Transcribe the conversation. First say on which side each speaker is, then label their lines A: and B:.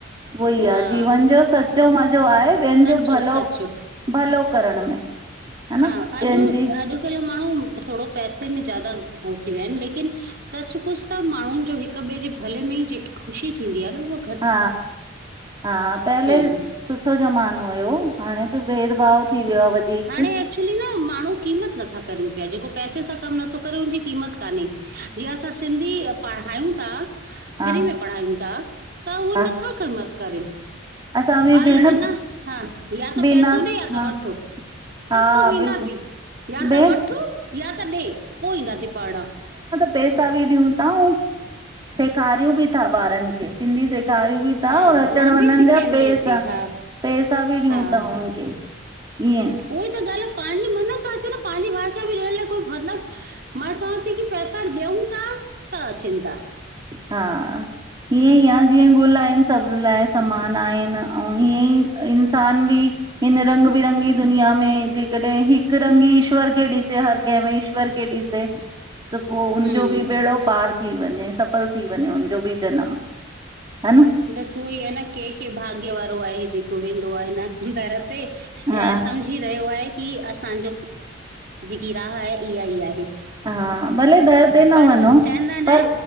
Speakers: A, on the right; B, on the right.
A: उहो ई
B: हा
A: आ जीवन जो सचो मज़ो आहे ॿियनि
B: सचो
A: जो भलो
B: सचो
A: भलो करण में
B: हा
A: न
B: अॾु
A: ॿियनि जी
B: अॾुकल्ह माण्हू थोरो पैसे में ज्यादा हो थी विया आहिन लेकिन सच पुछ त माण्हुनि जो हिक ॿे जे भले में ई जेकी ख़ुशी थींदी आ न उहो
A: हा हा, पहले
B: हम्म
A: सुठो ज़मानो हुयो हाणे त बेर भव थी वियो आ वधीक
B: हाणे एक्चुली न माण्हू क़ीमत नथा करनि पिया जेको पैसे सां कमु नथो करे उन जी क़ीमत कान्हे। जीअं असां सिंधी पढ़ायूं था।
A: हा
B: फ्री में पढ़ायूं था त उहे
A: हा
B: नथा कम त करन।
A: असां बि
B: हल
A: भेण
B: अञा हा या त
A: बिना
B: पैसो ॾे यां
A: हा
B: त वठो
A: हा
B: काथो
A: बिल्कुलु
B: ईंदा ती या
A: भेण
B: त वठ या त ॾे पोइ ईंदा ती पढ़ण
A: पेसा बि ॾियूं था आऊं सेखारियूं बि था ॿारनि खे सिंधी सेखारियूं बि ता
B: हा
A: और अचण
B: मां
A: वञनि
B: बि सेखारींदी
A: जा पैसा
B: आहियां हिते हा
A: पैसा बि ॾियूं
B: हा
A: था हुन खे। ईअं
B: उहोई त ॻाल्ह आ पांजे मन सां अचो न पांजी भाषा में ॾियण लाइ कोई मतब मां चवां थी की पैसा ॾियूं था त अचन था।
A: हा, ईीअं ई आ जीअं गुल आहिनि सभु लाइ समान आहिनि ऐं हीअं ई इंसान बि हिन रंग बिरंगी दुनिया में जेकॾहिं हिकु रंगी ईश्वर खेे ॾिसे हर कंहिं में ईश्वर के ॾि से, त पो उनजो
B: हम्म
A: बि बेड़ो पार थी वञे सभु सफल थी वञे हुनजो बि जनम हा न।
B: बस उहो ई आहे न कंहिं कं भाग्य वारो आहे जेको वेंदो आहे न। दर ते
A: हा
B: ऐं सम्झी चयो आहे की असांजो जेकी राह आहे इहा ई आहे।
A: हा भले दर ते न
B: कर
A: वञो
B: चवंदा न
A: पर